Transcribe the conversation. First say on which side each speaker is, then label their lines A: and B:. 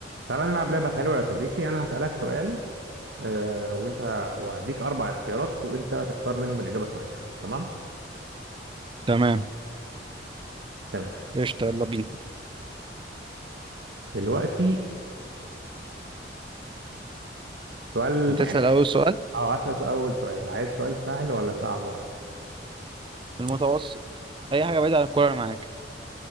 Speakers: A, on the right; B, on the right.
A: تعالى نلعب لعبة حلوة يا صديقي أنا هسألك سؤال آه، وأنت وهديك أربع اختيارات وأنت تختار منهم الإجابة الصحيحة تمام؟
B: تمام
A: تمام
B: قشطة يلا بينا
A: دلوقتي سؤال
B: هتسأل
A: يعني
B: أول سؤال
A: أه هسأل سؤال- أول سؤال عايز سؤال سهل ولا صعب بقى؟
B: في المتوسط أي حاجة بعيدة عن الكورة أنا معاك